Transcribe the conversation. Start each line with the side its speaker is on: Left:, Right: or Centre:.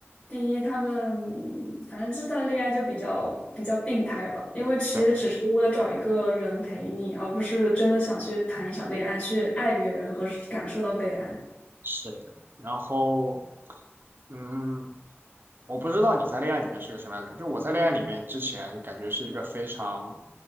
Left: 第一，他们反正这段恋爱就比较比较病态吧，因为其实只是为了找一个人陪你，
Right: 对，
Left: 而不是真的想去谈一场恋爱，去爱别人和感受到被爱。
Right: 是的。然后，嗯，我不知道你在恋爱里面是个什么样的人，就我在恋爱里面之前感觉是一个非常